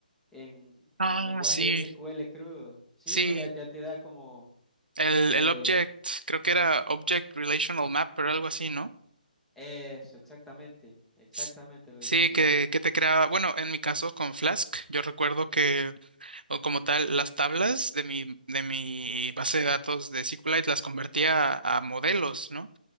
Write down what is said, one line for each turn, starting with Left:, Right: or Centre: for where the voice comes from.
Centre: en, en
Right: Ah,
Centre: lenguaje
Right: sí,
Centre: SQL crudo. Sí,
Right: sí.
Centre: ¿no? Ya, ya te da como
Right: El,
Centre: eh,
Right: el object, creo que era Object Relational map Mapper, algo así, ¿no?
Centre: eso, exactamente, exactamente,
Right: S-
Centre: lo
Right: Sí,
Centre: dijiste
Right: que,
Centre: bien.
Right: que te crea, bueno, en mi caso con Flask, yo recuerdo que o como tal, las tablas de mi, de mi base de datos de SQLite las convertía a, a modelos, ¿no?